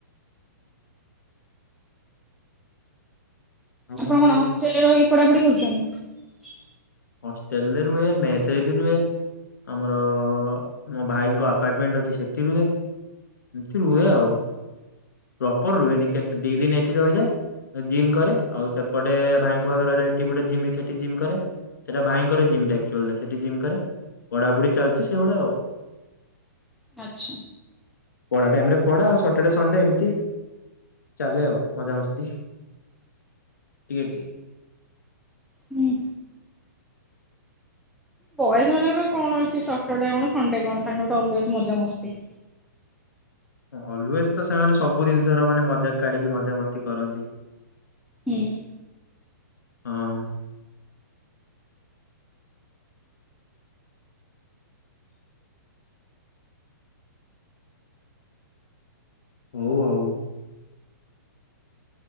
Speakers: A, on the left (about 70°); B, in the centre.
A: ଆଉ
B: ଆପଣ କଣ
A: କୁହନ୍ତୁ
B: ହଷ୍ଟେଲରେ ରହି ପଢାପଢ଼ି କରୁଛନ୍ତି।
A: ହଷ୍ଟେଲରେ ରୁହେ ମେସ ରେ ବି ରୁହେ ଆମର ମୋ ଭାଇଙ୍କ ଆପାର୍ଟମେଣ୍ଟ ଅଛି ସେଠି ରୁହେ। ଏମ୍ତି ରୁହେ
B: ଆଚ୍ଛା
A: ଆଉ ପ୍ରପର୍ ରୁହେନି କେତ୍ ଦି ଦିନ୍ ଏଠି ରହିଯାଏ ଜିମ୍ କରେ ଆଉ ସେପଟେ ଭାଇଙ୍କ ପାଖ ରେ ରହିଲେ ଏଠିବି ଗୁଟେ ଜିମ୍ ନି ସେଠି ଜିମ୍ କରେ ସେଟା ଭାଇଙ୍କର ଜିମ୍ ଟା ଏକ୍ଚୁଲ୍ ନେଇ ଜିମ୍ କରେ ପଢ଼ାପୁଢ଼ି ଚାଲ୍ଛି ସେଗୁଡ଼ା ଆଉ
B: ଆଚ୍ଛା।
A: ପଢ଼ା ଟାଇମ୍ ରେ ପଡ଼ା ଆଉ ସଟର୍ଡେ ସଣ୍ଡେ ଏମିତି ଚାଲେ ଆଉ ମଜାମସ୍ତି ଟିକେ ଟିକେ
B: ହୁଁ ବଏଜ୍ ମାନଙ୍କର କଣ ଅଛି ସଟର୍ ଡ଼େ କଣ ସଣ୍ଡେ କଣ ତାଙ୍କର ତ ଅଲ୍ୱେଜ୍ ମଜା ମସ୍ତି
A: ଅଲ୍ୱେଜ୍ ତ ସେମାନେ ସବୁ ଜିନ୍ଷର ମାନେ ମଜାକ୍ କାଢି଼କି ମଜାକ୍ ମସ୍ତି କରନ୍ତି
B: ହୁଁ
A: ହଁ ହଉ ଆଉ